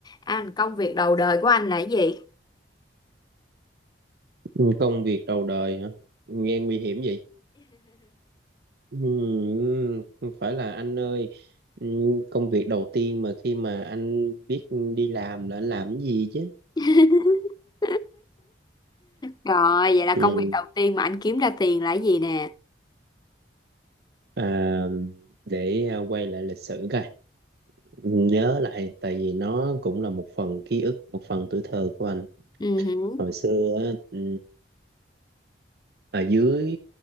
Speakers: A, on the left (about 20°); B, on the right (about 60°).
A: Anh, công việc đầu đời của anh là cái gì?
B: Ừ, Công việc đầu đời hả? Nghe nguy hiểm vậy. Ừ, không phải là anh ơi, ừ, công việc đầu tiên mà khi mà anh biết đi làm là anh làm cái gì chứ?
A: <laughs> Rồi, vậy là
B: Ừ,
A: công việc đầu tiên mà anh kiếm ra tiền là cái gì nè?
B: à, để à, quay lại lịch sử coi, Ừ, nhớ lại, tại vì nó cũng là một phần ký ức, một phần tuổi thơ của anh.
A: Ừ, hử.
B: Hồi xưa á, ừ, ở dưới